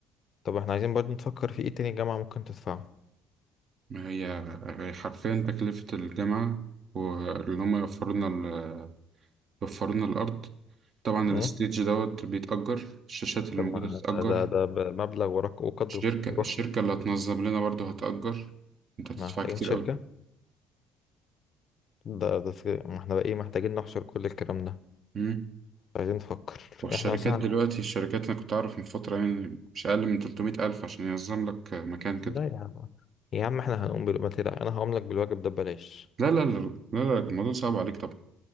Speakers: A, on the left; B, on the right.
A: طب احنا عايزين برضو نفكر في ايه تاني الجامعة ممكن تدفعه
B: ما هي هي حرفيا تكلفة الجامعة واللي هم يوفروا لنا ال- يوفروا لنا الارض طبعا الستيج
A: امم
B: دوت بيتأجر الشاشات اللي
A: طب
B: موجودة
A: ما
B: بتتأجر
A: ده ده ده ب- مبلغ ورق وقدره
B: الشركة
A: لوحده
B: الشركة اللي هتنظم لنا برضه هتأجر انت
A: احنا
B: هتدفع
A: محتاجين
B: كتير
A: شركة
B: أوي
A: ده ده في- ما احنا بقى ايه محتاجين نحصر كل الكلام ده
B: مم.
A: عايزين نفكر
B: والشركات
A: احنا مثلا
B: دلوقتي الشركات أنا كنت أعرف من فترة يعني مش أقل من 300 ألف عشان ينظم لك مكان كده
A: لا يا عم يا عم احنا هنقوم بالواجب انا هقوم لك بالواجب ده ببلاش
B: لا لا لا لا لا الموضوع صعب عليك طبعا